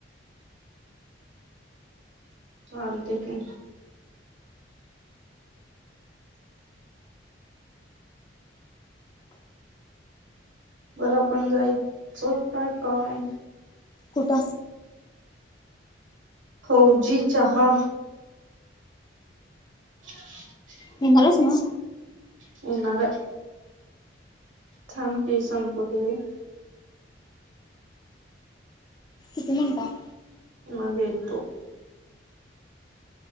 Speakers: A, on the right; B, on the left.
A: चालतंय की. बरं पण जायचं काय?
B: कुठ?
A: फौजी चहा. <inaudible>
B: येणार आहेस नव.
A: येणार आय. थाम ते संपुदे.
B: किती मिनिट आहे?
A: मग येतो.